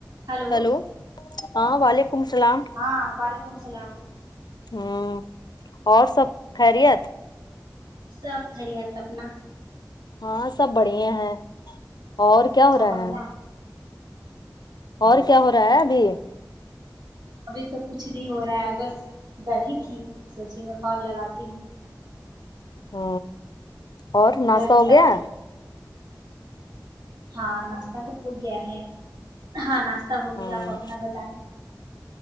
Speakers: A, on the right (about 85°); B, on the left (about 70°).
A: hello
B: hello ہاں وعلیکم السلام
A: ہاں وعلیکم السلام
B: ہوں اور سب خیریت
A: سب خیریت اپنا
B: ہاں سب بڑے ہیں اور کیا ہو
A: سب
B: رہا
A: بڑھیا
B: ہے اور کیا ہو رہا ہے ابھی یہ
A: ابھی تو کچھ نہیں ہو رہا ہے بس بیٹھی تھی سوچی میں کال لگاتی ہوں
B: ہ اور ناسا
A: گھر میں
B: ہو
A: سب
B: گیا
A: ہاں ناشتہ تو ہو گیا ہے ہاں ناشتہ ہو
B: ہاں
A: گیا آپ اپنا بتائیں